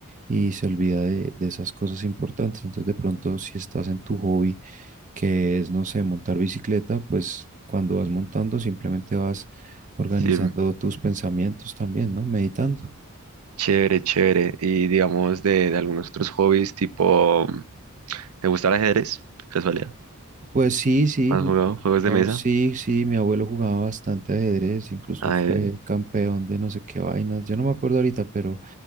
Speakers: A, on the right (about 35°); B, on the right (about 80°).
A: y se olvida de, de esas cosas importantes. Entonces, de pronto, si estás en tu hobby, que es, no sé, montar bicicleta, pues cuando vas montando simplemente vas organizando
B: Sí,
A: tus pensamientos también, ¿no? Meditando.
B: chévere, chévere. Y digamos de, de algunos otros hobbies, tipo, ¿te gusta el ajedrez? De Casualidad.
A: Pues sí, sí,
B: ¿Has jugado juegos
A: digamos,
B: de mesa?
A: sí, sí, mi abuelo jugaba bastante ajedrez, incluso
B: Ajedrez.
A: fue campeón de no sé qué vainas, yo no me acuerdo ahorita, pero